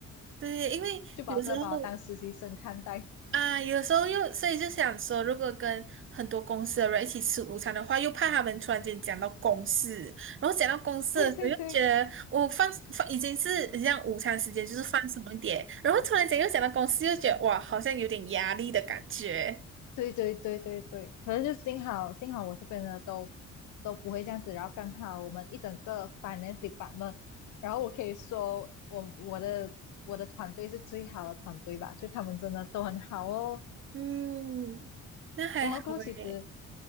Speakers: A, on the right (about 40°); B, on the left (about 75°).
A: 对，因为有时候。
B: 就把这把我当实习生看待。
A: 啊，有时候又，所以就想说，如果跟很多公司的人一起吃午餐的话，又怕他们突然间讲到公事，然后讲到公事的时候，
B: <laughs> 对对对
A: 又觉得我放放已经是这样，午餐时间，就是放松一点，然后突然间又讲到公司，又觉得哇，好像有点压力的感觉。
B: 对对对对对，可能就幸好幸好我这边呢都都不会这样子，然后刚好我们一整个 finance department，然后我可以说我我的我的团队是最好的团队吧，就他们真的都很好哦。
A: 嗯那还好诶，
B: 然后过后其实